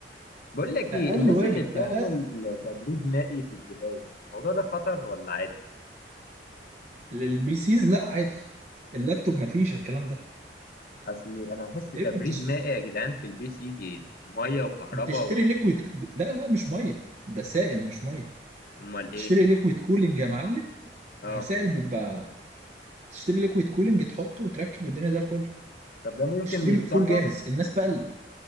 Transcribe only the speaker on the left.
بقول لك
ايه الناس
اللي بتعمل
تبريد مائي في الجهاز الموضوع ده خطر ولا عادي
اصلي انا بحس تبريد
مائي يا جدعان في البي سي دي ميه وكهرباء
و-
امال ايه
اه
طب ده ممكن
يتسرب